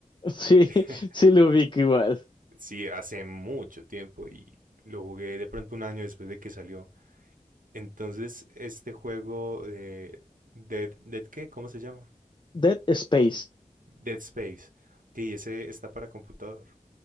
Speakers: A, on the left; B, on the right.
A: Sí,
B: <laughs>
A: <laughs> sí lo ubico igual.
B: sí, hace mucho tiempo y lo jugué de pronto un año después de que salió. Entonces, este juego de Dead, Dead ¿qué? ¿Cómo se llama?
A: Dead Space.
B: Dead Space. Sí, ese está para computador.